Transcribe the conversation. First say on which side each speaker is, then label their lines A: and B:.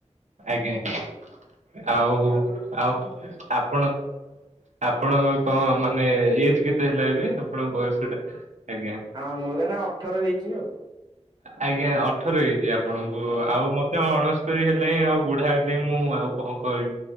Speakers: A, on the right (about 75°); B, on the right (about 35°).
A: ଆଜ୍ଞା ଆଜ୍ଞା ଆଉ ଆଉ ଆପଣ ଆପଣଙ୍କ କଣ ମାନେ ଏଜ କେତେ ହେଲା ଏବେ ଆପଣଙ୍କ ବୟସ ଟା ଆଜ୍ଞା।
B: ହଁ ମୁଁ ଏବେ ନା ଅଠର ହେଇଛି ଆଉ।
A: ଆଜ୍ଞା ଅଠର ହେଇଛି ଆପଣଙ୍କୁ ଆଉ ମୁ ସେ ଅଣସ୍ତରୀ ହେଲାଣି ଆଉ ବୁଢା ହେଲି ମୁଁ ଆଉ କଣ କହିବି।